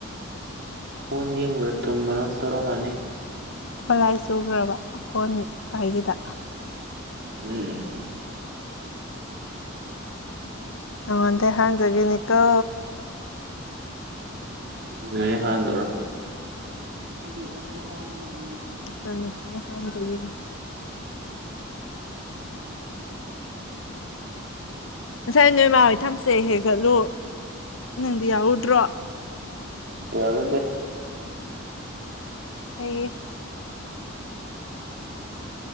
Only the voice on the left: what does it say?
ꯐꯣꯟ ꯂꯥꯏ ꯆꯨꯈ꯭ꯔꯕ ꯐꯣꯟ ꯄꯥꯏꯒꯤꯗ
ꯅꯪꯉꯣꯟꯗꯩ ꯍꯥꯟꯖꯈꯤꯅꯤꯀꯣ
ꯅꯆꯟ ꯅꯨꯄꯤꯅ ꯍꯥꯟꯖꯈꯤꯖꯅꯤ ꯉꯁꯥꯏ ꯅꯣꯏ ꯏꯃꯥ ꯍꯣꯏ ꯊꯝꯆꯦꯠ ꯍꯦꯛ ꯆꯠꯂꯨ ꯅꯪꯗꯤ ꯌꯥꯎꯔꯨꯗ꯭ꯔꯣ
ꯐꯩꯌꯦ